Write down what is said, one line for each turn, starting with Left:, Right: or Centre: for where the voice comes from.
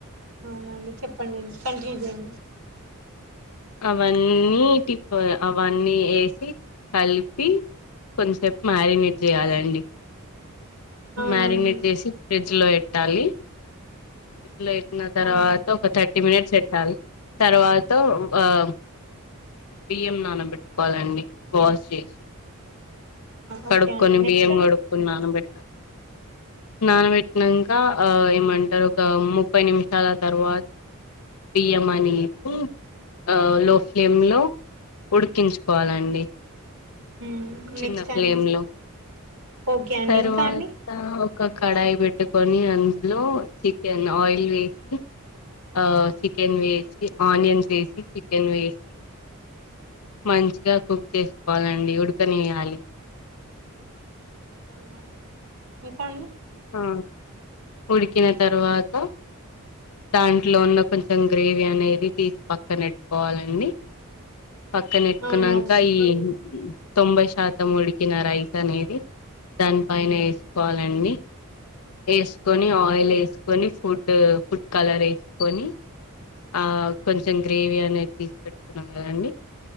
Right: అవునా అండి చెప్పండి కంటిన్యూ చేయండి.
Left: అవన్నీ ఇటి అవన్నీ ఏసి కలిపి కొంచసేపు మ్యారినేట్ చేయాలండి.
Right: అవునా
Left: మ్యారినేట్
Right: అండి
Left: చేసి ఫ్రిడ్జ్ లో పెట్టాలి లో పెట్టిన తర్వాత
Right: అవునా
Left: ఒక థ థర్టీ మినిట్స్ పెట్టాల్ తర్వా త ఆఁ బియ్యం నానబెట్టుకోవాలండి వాష్ జేసి కడుక్కొని
Right: ఓకే అండి
Left: బియ్యం
Right: నెక్స్ట్ అండి
Left: కడుక్కొని నాన బె నానబెట్టినంక ఆ ఏమంటారు ఒక ముప్పై నిమి సాల తర్వాత బియ్యం అనేసి ఆ లో ఫ్లేమ్లో ఉడికించుకోవాలండి.
Right: హ్మ్
Left: చిన్న
Right: నెక్స్ట్ టైమ్
Left: ఫ్లేమ్ లో
Right: ఓకే అండి
Left: తర్వాత
Right: ఇంకా అండి.
Left: ఒక కడాయి పెట్టుకొని అందులో చికెన్ ఆయిల్ వేసి ఆ చికెన్ వేసి ఆనియన్స్ వేసి చికెన్ వేసి మంచిగా కుక్ చేసుకోవాలండి ఉడు కనియ్యాలి.
Right: అవునా అండి ఇంకా అండి,
Left: ఆ ఉడికిన తర్వాత దాంట్లో ఉన్న కొంచెం గ్రేవీ అనేది తీసి పక్కనెట్టుకోవాలండి. పక్కనెట్టుకున్నాంక
Right: అవునండి
Left: ఈ తొంభై శాతం ఉడికిన రైస్ అనేది దాని పైన వేసుకోవాలండి. ఏస్కొని ఆయిల్ ఏస్కొని ఫుడ్ ఫుడ్ కలర్ ఏస్కొని ఆ కొంచెం గ్రేవీ అనేది తీసి పెట్టుకున్నం కదండి